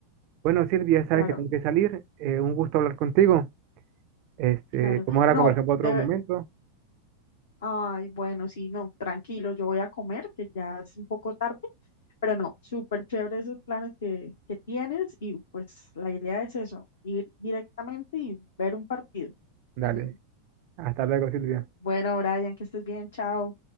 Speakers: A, on the right; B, on the left.
A: Bueno, Silvia, sabes
B: claro,
A: que tengo que salir. eh, un gusto hablar contigo. Este,
B: claro.
A: podemos ahora
B: No,
A: conversar por
B: de,
A: otro momento.
B: Ay, bueno, sí, no, tranquilo, yo voy a comer, que ya es un poco tarde, pero no, súper chévere esos planes que, que tienes y pues la idea es eso, ir directamente y ver un partido.
A: Dale.
B: <laughs>
A: Hasta luego, Silvia.
B: Bueno, Brian, que estés bien, chao.